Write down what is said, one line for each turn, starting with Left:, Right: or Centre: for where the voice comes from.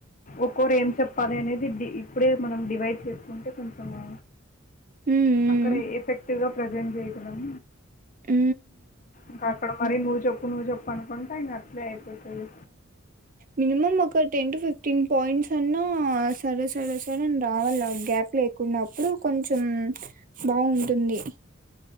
Left: ఒక్కోరు ఏం చెప్పాలి అనేది ఇప్పుడే మనం డివైడ్ చేసుకుంటే కొంచెము
Right: ఉమ్,
Left: అక్కడ ఎఫెక్టివ్ గా ప్రెజెంట్ చేయ పలం
Right: అ
Left: ఇకా అక్కడ మరి నువు చెప్ప నువు చెప్పు అనుకుంటా ఇంగ అయిపోతది
Right: మినిమం ఒక టెన్ టు ఫిఫ్టీన్ పాయింట్స్ అన్నా ఆ సరే సరే సరే రావాల గ్యాప్ లేకున్నప్పుడు కొంచెం బాగుంటుంది